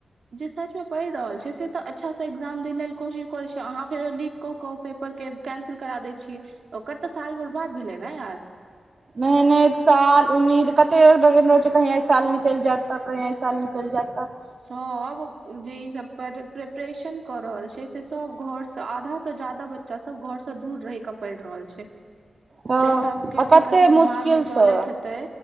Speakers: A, on the right; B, on the right.
A: जे सच में पड़ई रहल छै से तऽ अच्छा से एग्जाम दे लेल कोशिश अहाँ फेर लीक कऽकऽ ओ पेपर के कैंसिल करा दै छियै। ओकर तऽ साल बरबाद भेलै ने यार।
B: मेहनेत साल उम्मीद कतेक लगेने रहै छै कहीं एहिइ साल निकैल जेएत तह कहीं एहि साल निकैल जेएत तह।
A: सब जे ई सब प्रेपरेशन कऽ रहल छै से सब घोर सँ आधा सबसे जादा बच्चा सब घोरसँ दूर रहि कऽ पढ़ई रहल छै।
B: तऽ
A: से सब के
B: आ
A: कथि
B: कते
A: कथि दिमाग
B: मुश्किलसँ
A: में चलैत हेतै।